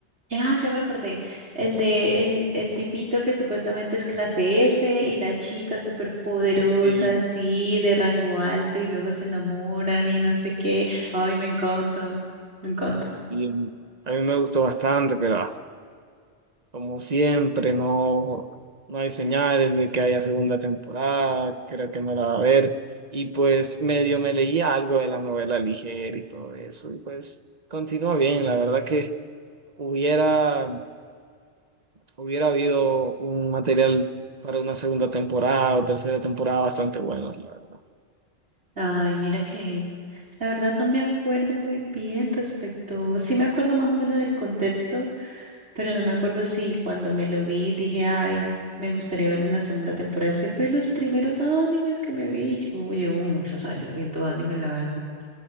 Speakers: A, on the right; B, on the right.
A: ya, ya me acordé, el de el, el tipito que supuestamente es clase F y la chica súper poderosa,
B: Sí,
A: así, de rango alto y luego se enamoran y no sé qué. Ay, me encanta, me encanta.
B: y, a mí me gustó bastante, pero Como siempre, no, no hay señales de que haya segunda temporada, creo que no la va a haber. Y pues medio me leía algo de la novela ligera y todo eso, y pues continúa bien. La verdad que hubiera, hubiera habido un material para una segunda temporada o tercera temporada bastante bueno, la verdad.
A: Ay, mira que la verdad no me acuerdo muy bien respecto, sí me acuerdo más o menos del contexto, pero no me acuerdo si cuando me lo vi dije, ay, me gustaría ver una segunda temporada. Es que fue de los primeros animes que me vi. Yo llevo muchos años viendo anime, la verdad.